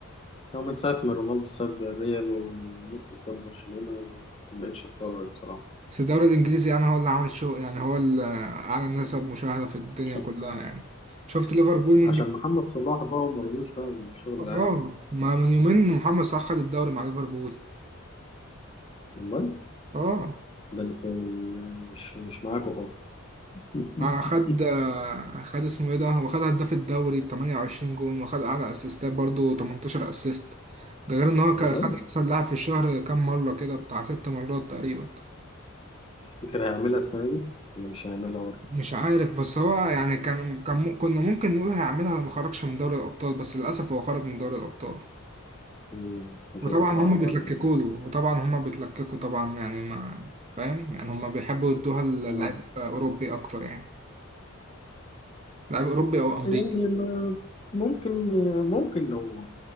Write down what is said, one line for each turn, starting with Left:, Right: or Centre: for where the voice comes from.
Left: أنا من ساعه ما رونالدو ساب الريال وميسي ساب برشلونه ومبقتش اتفرج بصراحه
Right: بس الدوري الانجليزي يعني هو اللي عامل شو يعني هو اللي اعلى نسب مشاهدة في الدنيا
Left: <laughs>
Right: كلها يعني شفت ليفربول من
Left: عشان محمد صلاح بقى ومرموش بقى والشغل
Right: اه
Left: ده
Right: ما من يومين محمد صلاح خد الدوري مع ليفربول
Left: والله
Right: اه
Left: ده انا في ال- مش مش معاكوا خالص <laughs>
Right: خد خد اسمه ايه ده هو خد هداف الدوري ب 28 جون وخد اعلى اسيستات برضه 18 اسيست ده غير ان هو ك-
Left: والله
Right: خد احسن لاعب في الشهر كام مره كده بتاع ست مرات تقريبا
Left: تفتكر هيعملها السنه دي ولا مش هيعملها برضه
Right: مش عارف بس هو يعني كان كان مم- كنا ممكن نقول هيعملها لو ما خرجش من دوري الابطال بس للاسف هو خرج من دوري الابطال
Left: مم، هتبقى
Right: وطبعا
Left: صعبه
Right: هما بيتلككوا
Left: عليك
Right: له وطبعا هما بيتلككوا طبعا يعني ما فاهم يعني هما بيحبوا يدوها للاعب
Left: آه.
Right: اوروبي اكتر يعني لاعب اوروبي او امريكي
Left: يعني ما- ممكن ممكن لو